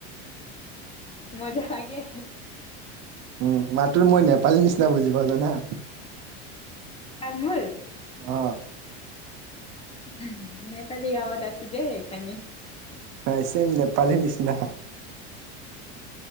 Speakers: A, on the left (about 20°); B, on the right (about 50°).
A: মজা লাগে।
B: উমঁ, তোৰ মই নেপালী নিচিনা বুজি পাওঁ জানা।
A: তামোল <unintelligible>
B: অঁ।
A: উম' নেপালী গাঁৱত আছো যে সেইকাৰণে।
B: হয়, ছেইম নেপালী নিচিনা।